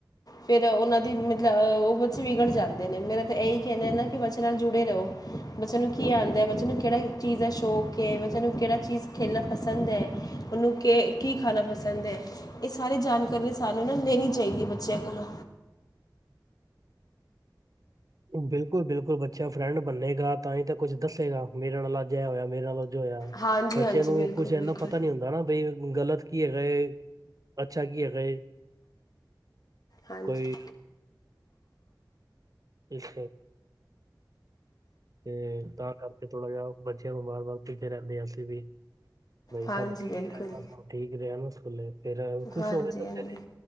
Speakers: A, on the left; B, on the right.
A: ਫੇਰ ਉਹਨਾਂ ਦੀ ਮਤਲਬ-ਅ ਉਹ ਬੱਚੇ ਵਿਗੜ ਜਾਂਦੇ ਨੇ, ਮੇਰਾ ਤੇ ਇਹੀ ਕਹਿਣਾ ਏ ਨਾ ਕਿ ਬੱਚੇ ਨਾਲ ਜੁੜੇ ਰਹੋ, ਬੱਚਿਆਂ ਨੂੰ ਕੀ ਆਂਦੇ, ਬੱਚੇ ਨੂੰ ਕਿਹੜੇ ਚੀਜ਼ ਦਾ ਸ਼ੌਕ ਏ, ਬੱਚਿਆਂ ਨੂੰ ਕਿਹੜਾ ਚੀਜ਼ ਖੇਲਣ ਪਸੰਦ ਏ, ਉਹਨੂੰ ਕੀ ਖਾਣਾ ਪਸੰਦ ਏ, ਇਸ- ਸਾਰੀ ਜਾਣਕਾਰੀ ਸਾਨੂੰ ਨਾ ਲੈਣੀ ਚਾਈਦੀ ਏ ਬੱਚਿਆਂ ਕੋਲੋਂ।
B: ਬਿਲਕੁਲ, ਬਿਲਕੁਲ ਬੱਚਾ ਫਰੈਂਡ ਬੰਨੇਗਾ ਤਾਂ ਹੀ ਤਾਂ ਕੁੱਝ ਦੱਸੇਗਾ, ਮੇਰੇ ਨਾਲ ਅੱਜ ਏ ਹੋਇਆ, ਮੇਰੇ ਨਾਲ ਅਜ ਦੋ ਹੋਇਆ,
A: ਹਾਂਜੀ
B: ਬੱਚੇਆ
A: ਹਾਂਜੀ
B: ਨੂੰ
A: ਬਿਲਕੁਲ
B: ਕੁਛ
A: ਬਿਲਕੁਲ
B: ਇੰਨਾ ਪਤਾ ਨੀ ਹੁੰਦਾ ਹੈਨਾ ਬਈ ਗਲਤ ਕੀ ਹੈਗਾ ਏ, ਅੱਛਾ ਕਿ ਹੈਗਾ ਏ।
A: ਹਾਂਜੀ,
B: ਕੋਈ ਅੱਛਾ, ਤੇ, ਤਾਂ ਕਰਕੇ ਥੋੜਾ ਜਿਹਾ ਬੱਚਿਆਂ ਵਾਰ-ਵਾਰ ਪਿਟਦੇ ਰਹਿੰਦੇ ਆ ਅਸੀਂ ਵੀ। ਬਾਈ ਸਭ
A: ਹਾਂਜੀ
B: ਠੀਕ
A: ਬਿਲਕੁਲ
B: ਰਹਿਣਾ, ਸਭ ਠੀਕ ਰਹਿਨਾ। ਸਕੂਲੇ, ਫੇਰ ਖੁਸ਼
A: ਹਾਂਜੀ
B: ਹੋਕੇ ਤੁਰਦੇ
A: ਹਾਂਜੀ
B: ਨੇ।